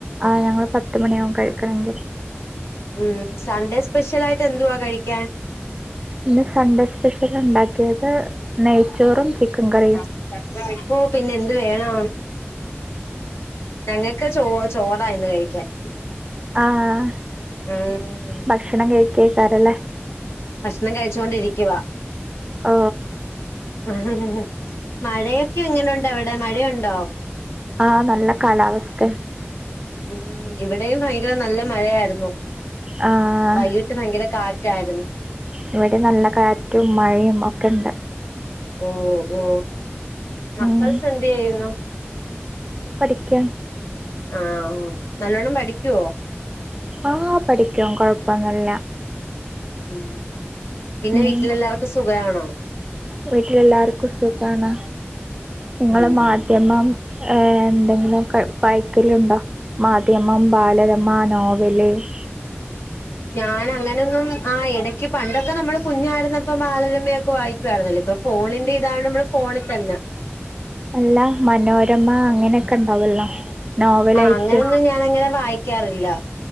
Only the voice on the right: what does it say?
ആ ഞങ്ങൾ പത്ത് മണിയാകും കഴിക്കണമെങ്കിൽ.
ഇന്ന് സൺഡേ സ്പെഷ്യൽ ഉണ്ടാക്കിയത് നെയ്ച്ചോറും. ചിക്കൻ
കറിയും.
ആഹ്
ഭക്ഷണം കഴിക്ക കേക്കാരല്ലേ.
ഓ
ആഹ് നല്ല കാലാവസ്ഥയ.
ആഹ്
ഇവിടെ നല്ല കാറ്റും മഴയും ഒക്കെ ഉണ്ട്.
ഉം
ക്കാണ്.
ആഹ് പഠിക്കും കൊഴപ്പൊന്നുല്ല.
ഉം
വീട്ടിലെല്ലാർക്കും സുഖമാണ് നിങ്ങള്
മാധ്യമം ഏഹ് എന്തെങ്കിലും ഒക്കെ വായിക്കലുണ്ടോ മാധ്യമം ബാലരമ നോവല് ഉ <inaudible>
അല്ല മനോരമ അങ്ങനെയൊക്കെ ഉണ്ടാവല്ലോ നോവലായിട്ട്